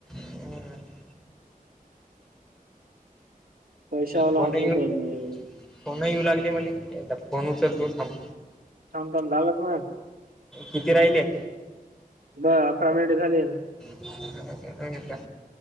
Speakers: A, in the centre; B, on the right.
A: तुम्ही
B: पैशावाला
A: फोन
B: आदमी
A: ये
B: पाहिजे
A: फोन येऊ लागले मले आ फोन उचललो थांब
B: ांम म झालंत ना
A: किती राहिले
B: बर अकरा मिनिटे झाले
A: का